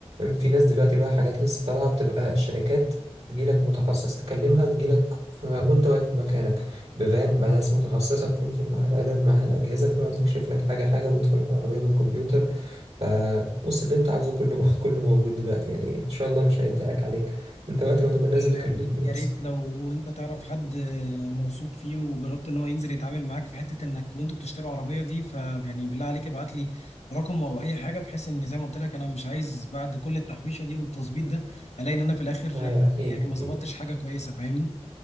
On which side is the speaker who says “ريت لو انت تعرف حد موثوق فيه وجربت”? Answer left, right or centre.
Left